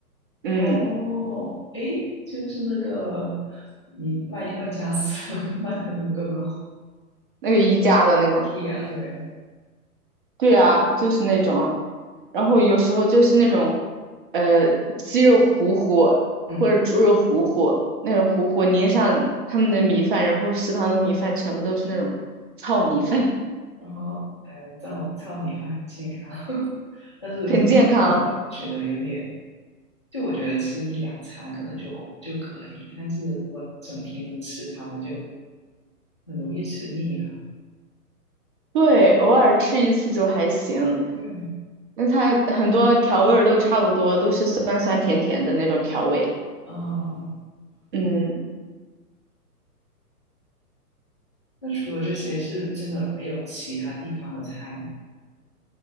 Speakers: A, on the right (about 35°); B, on the left (about 20°).
A: 嗯，
B: 哦，诶，就是那个你卖卖家私 <laughs> 卖的那个吗
A: 那个宜家的那个，
B: ？IKEA 对，
A: 对啊，就是那种啊然后有时候就是那种呃鸡肉糊糊或者猪肉糊糊那种糊糊淋上他们的米饭，
B: 嗯，
A: 然后食堂的米饭全部都是那种糙米饭，
B: 然后呃，糙糙米饭很健康，<laughs> 但是糊糊的，
A: <laughs> 很健康。
B: 觉得有点，就我觉得吃一两餐可能就哦就可以，但是如果整天都吃它们，就很容易吃腻了。
A: 对，偶尔吃一次就还行。
B: 对，
A: 那它很多调味儿都差不多，都是酸酸甜甜的那种调味。
B: 啊，
A: 嗯
B: 那除了这些是真的没有其他地方的菜吗？